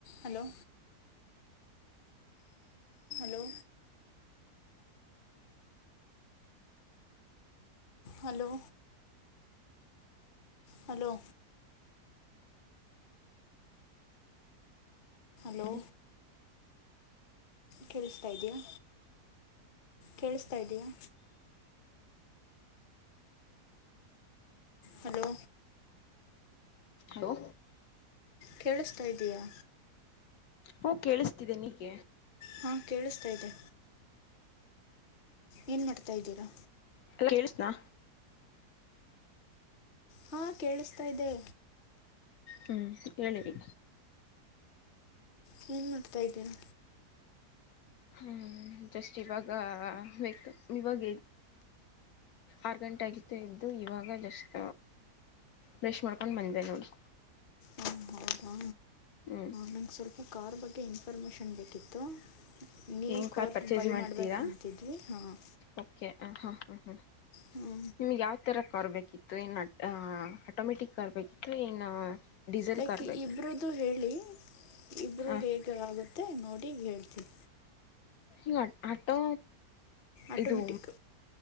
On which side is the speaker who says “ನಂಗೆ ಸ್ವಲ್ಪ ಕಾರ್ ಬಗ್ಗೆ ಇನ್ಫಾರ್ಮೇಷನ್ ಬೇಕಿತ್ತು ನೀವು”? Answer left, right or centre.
Left